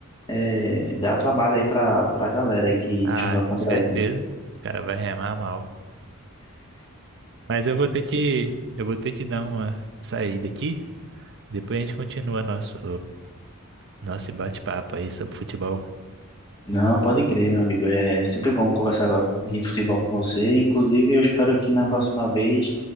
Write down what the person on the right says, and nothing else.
Ah,
com certeza.
Os caras vão remar mal. Mas eu vou ter que, eu vou ter que dar uma saída aqui. Depois a gente continua nosso, nosso bate-papo aí sobre futebol.